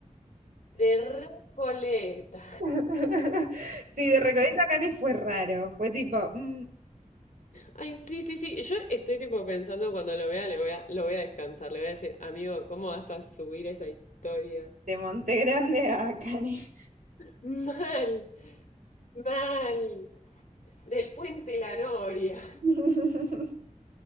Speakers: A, on the left; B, on the right.
A: de Recoleta.
B: <laughs> Sí, de Recoleta a Canes fue raro. Fue tipo mm,
A: Ay, sí, sí, sí. Yo estoy tipo pensando cuando lo vea, le voy a, lo voy a descansar. Le voy a decir, amigo, ¿cómo vas a subir esa historia?
B: de Monte Grande a Canes.
A: Mal, mal. Del puente La Noria.
B: <laughs>